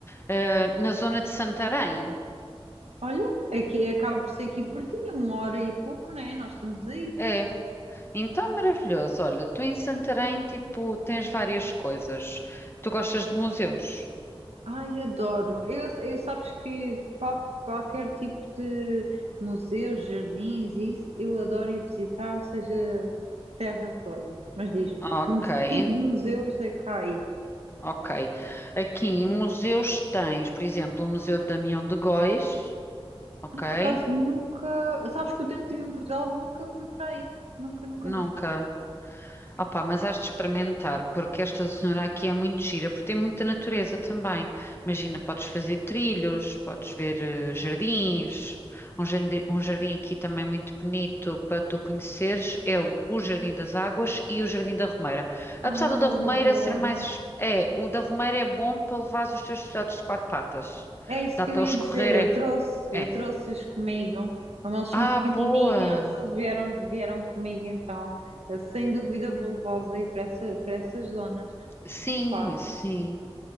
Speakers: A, on the left; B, on the right.
A: eh, na zona de Santarém.
B: Olha, aqui acaba por ser aqui pertinho, uma hora e pouco, né? Nós estamos aí.
A: É, então maravilhoso. Olha, tu em Santarém, tipo, tens várias coisas. Tu gostas de museus?
B: Ai, adoro. Eu, eu sabes que qual- qualquer tipo de museus, jardins, isso, eu adoro ir visitar, seja terra for. Mas diz-me,
A: Ok,
B: que, muse-
A: en-
B: que tipo de museus é que há aí?
A: ok. Aqui em museus tens, por exemplo, o Museu de Damião de Góis, ok?
B: Eu, por acaso, nunca... Sabes que o tempo que estive em Portugal, nunca fui para aí. Nunca, nunca,
A: Nunca.
B: nunca.
A: Opa, mas has de experimentar, porque esta zona aqui é muito gira, porque tem muita natureza também. Imagina, podes fazer trilhos, podes ver eh, jardins. Um jardim, um jardim aqui também muito bonito para tu conheceres é o, o Jardim das Águas e o Jardim da Romeira.
B: Ai,
A: Apesar do da Romeira
B: adoro.
A: ser mais. É, o da Romeira é bom para levar os teus filhotes de quatro patas.
B: É isso
A: Dá
B: que
A: para
B: eu ia
A: eles
B: dizer,
A: correrem.
B: eu trouxe, eu
A: É.
B: trouxe-os comigo, como eles são
A: Ah,
B: pequenininhos,
A: boa!
B: eles vieram, vieram comigo, então eh, sem dúvida vou levá-los aí para essa, para essas zonas.
A: Sim,
B: Ah pá,
A: sim.